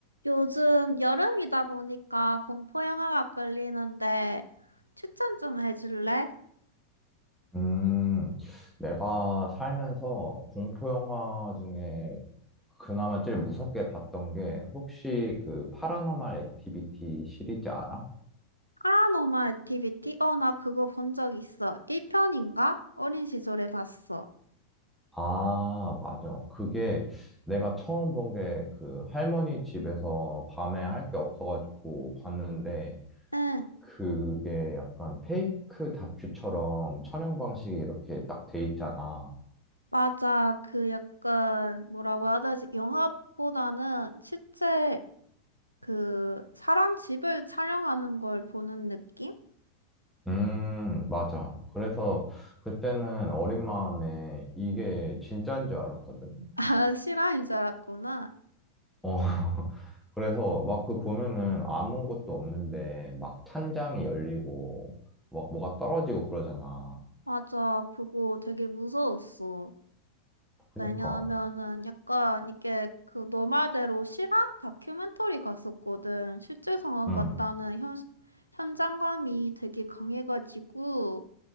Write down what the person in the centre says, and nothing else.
음, 내가 살면서 공포 영화 중에 그나마 제일 무섭게 봤던 게 혹시 그 파라노말 액티비티 시리즈 알아?
아, 맞아. 그게 내가 처음 본 게 그 할머니 집에서 밤에 할 게 없어가지고 봤는데
그게 약간 페이크 다큐처럼 촬영 방식이 이렇게 딱 돼 있잖아.
음, 맞아. 그래서 그때는 어린 마음에 이게 진짜인 줄 알았거든.
어. <laughs> 그래서 막 그 보면은 아무것도 없는데 막 찬장이 열리고 막 뭐가 떨어지고 그러잖아.
그니까.
응,